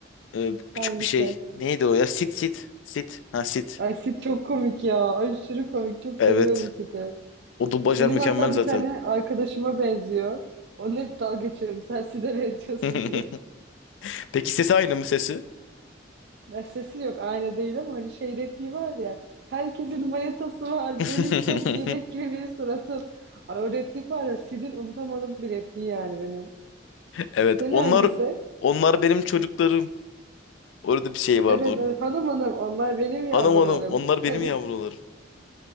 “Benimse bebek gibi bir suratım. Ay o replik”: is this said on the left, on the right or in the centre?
Right